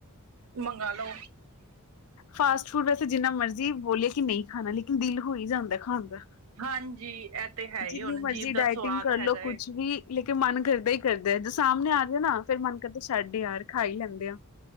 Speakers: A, on the right; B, on the left.
A: ਮੰਗਾ ਲੋ।
B: ਫਾਸਟ-ਫੂਡ ਵੈਸੇ ਜਿੰਨਾ ਮਰਜ਼ੀ ਬੋਲੀਏ ਕਿ ਨਈਂ ਖਾਨਾ ਲੇਕਿਨ ਦਿਲ ਹੋ ਈ ਜਾਂਦੈ ਖਾਨ ਦਾ।
A: ਹਾਂਜੀ, ਐ ਤੇ ਹੈਈ
B: ਜਿੰਨੀ
A: ਏ ਹੁਨ
B: ਮਰਜ਼ੀ
A: ਜੀਭ ਦਾ
B: ਡਾਇਟਿੰਗ
A: ਸਵਾਦ
B: ਕਰ ਲੋ
A: ਹੈਗਾ
B: ਕੁਛ
A: ਏ।
B: ਵੀ ਲੇਕਿਨ ਮਨ ਕਰਦੈ ਈ, ਕਰਦੈ ਜੇ ਸਾਮਨੇ ਆਜੇ ਨਾ, ਫੇਰ ਮਨ ਕਰਦੈ ਛੱਡ ਯਾਰ ਖਾ ਈ ਲੈਂਦੇ ਆ।